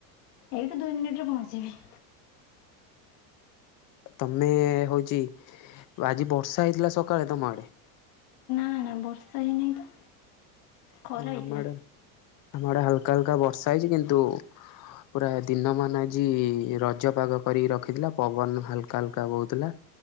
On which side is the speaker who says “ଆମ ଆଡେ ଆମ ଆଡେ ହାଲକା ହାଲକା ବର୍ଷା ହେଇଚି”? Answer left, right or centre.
Left